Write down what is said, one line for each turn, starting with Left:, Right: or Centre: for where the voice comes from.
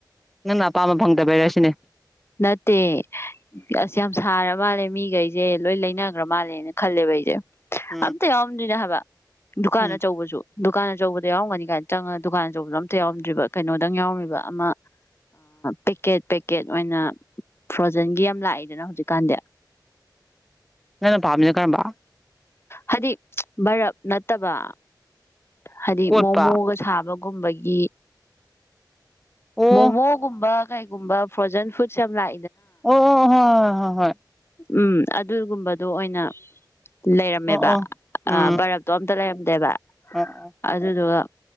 Centre: ꯅꯪꯄꯥꯝ ꯐꯪꯗꯕꯁꯤꯅꯦ
Left: ꯅꯠꯇꯦ ꯑꯁ ꯌꯥꯝ ꯁꯥꯔ ꯃꯥꯜꯂꯦ ꯃꯤꯈꯩꯁꯦ ꯂꯣꯏ ꯂꯩꯅꯈ꯭ꯔ ꯃꯥꯜꯂꯦꯅ ꯈꯜꯂꯦꯕ ꯑꯩꯁꯦ
Centre: ꯎꯝ
Left: ꯑꯗ ꯑꯣꯔꯤꯅ ꯍꯥꯕ ꯗꯨꯀꯥꯟ
Centre: ꯎꯝ
Left: ꯑꯆꯧꯕꯁꯨ ꯗꯨꯀꯥꯟ ꯑꯆꯧꯕꯗ ꯌꯥꯎꯝꯒꯅꯤ ꯀꯥꯏꯅ ꯆꯪꯉꯒ ꯗꯨꯀꯥꯟ ꯑꯆꯧꯕꯗꯣ ꯑꯝꯇ ꯌꯥꯎꯝꯗ꯭ꯔꯤꯕ ꯀꯩꯅꯣꯗꯪ ꯌꯥꯎꯔꯝꯃꯤꯕ ꯑꯃ ꯄꯦꯛꯀꯦꯠ ꯄꯦꯛꯀꯦꯠ ꯑꯣꯏꯅ ꯐ꯭ꯔꯣꯖꯟꯒꯤ ꯌꯥꯝ ꯂꯥꯛꯏꯗꯅ ꯍꯧꯖꯤꯛꯀꯥꯟꯗꯤ
Centre: ꯅ ꯐꯥꯞꯃꯤꯅ ꯀꯕ
Left: ꯍꯥꯏꯗꯤ ꯃꯔꯞ ꯅꯠꯇꯕ ꯍꯥꯏꯗꯤ
Centre: ꯀꯣꯠꯄ
Left: ꯃꯣꯃꯣꯒ ꯁꯥꯕ ꯒꯨꯝꯕꯒꯤ
Centre: ꯑꯣ
Left: ꯃꯣꯃꯣꯒꯨꯝꯕ ꯀꯩꯒꯨꯝꯕ ꯐ꯭ꯔꯣꯖꯟ ꯐꯨꯗꯁ ꯌꯥꯝ ꯂ
Centre: ꯑꯣ ꯍꯣ ꯍ ꯍꯣꯏ
Left: ꯎꯝ ꯑꯗꯨꯒꯨꯝꯕꯗꯣ ꯑꯣꯏꯅ ꯂꯩꯔꯝꯃꯦꯕ
Centre: ꯑꯣ ꯑꯣ ꯎꯝ
Left: ꯕꯔꯞꯇꯣ ꯑꯝꯇ ꯂꯩꯔꯝ ꯗꯦꯕ
Centre: ꯑꯣ ꯑꯣ
Left: ꯑꯗꯨꯗꯗꯨ ꯋꯥ